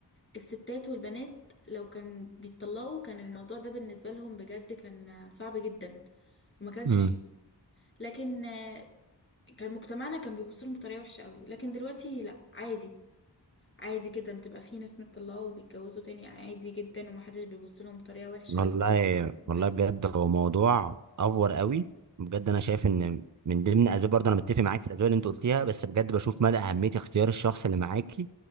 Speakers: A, on the left; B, on the right.
A: الستات والبنات لو كان بيتطلقوا كان الموضوع ده بالنسبة لهم بجد كان صعب جدا وما كانش
B: امم
A: حلو لكن آه، كان مجتمعنا كان بيبص لهم بطريقة وحشة قوي لكن دلوقتي لا عادي عادي جدا بتبقى في ناس مطلقة وبيتجوزوا تاني عادي جدا ومحدش بيبص لهم بطريقة وحشة
B: والله
A: و... معاهم.
B: والله بجد هو موضوع افور قوي بجد انا شايف ان من ضمن اسباب برضه انا متفق معاك في الاسباب اللي انت قلتيها بس بجد بشوف مدى اهميه اختيار الشخص اللي معاكي